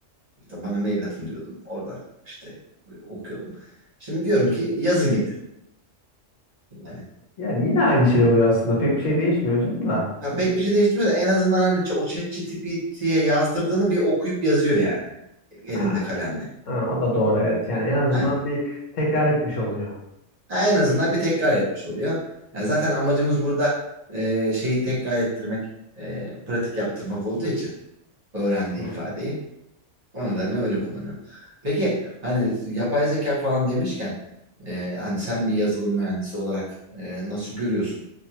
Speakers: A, on the right; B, on the left.
A: İşte bana mail atın diyordum. Oradan işte okuyordum. Şimdi diyorum ki yazın getirin. Yani
B: Yani yine aynı şey oluyor aslında. Pek bir şey değişmiyor hocam da.
A: ya
B: Yani,
A: pek bir şey değiştirmiyor da en azından hani ç- o ChatGPT'ye yazdırdığını bir okuyup yazıyor yani elinde
B: ha,
A: kalemle.
B: ha, o da doğru evet. Yani en azından
A: Ha,
B: bir tekrar etmiş oluyor.
A: Ha, en azından bir tekrar etmiş oluyor. Yani zaten amacımız burada e, şeyi tekrar ettirmek, e, pratik yaptırmak olduğu için öğrendiği
B: Yani
A: ifadeyi. O nedenle öyle kullanıyorum. Peki hani yapay zeka falan demişken e, hani sen bir yazılım mühendisi olarak e, nasıl görüyorsun